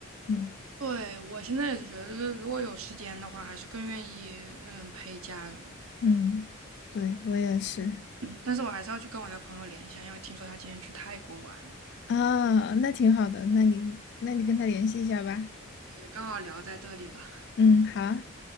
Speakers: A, on the left; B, on the right.
A: 嗯
B: 对我现在也是觉得，就是如果有时间的话，还是更愿意嗯陪家人。
A: 嗯，对，我也是
B: 嗯但是我还是要去跟我的朋友联系啊因为听说他今天去泰国玩了，
A: 啊，那挺好的，那你那你跟他联系一下吧。
B: 也刚好聊在这里了。
A: 嗯，好啊